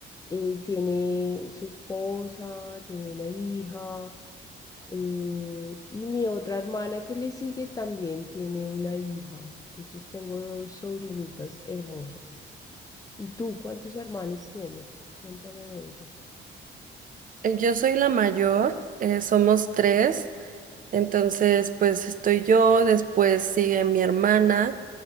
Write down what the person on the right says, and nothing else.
Eh, Yo soy la mayor, eh, somos tres, entonces pues estoy yo, después sigue mi hermana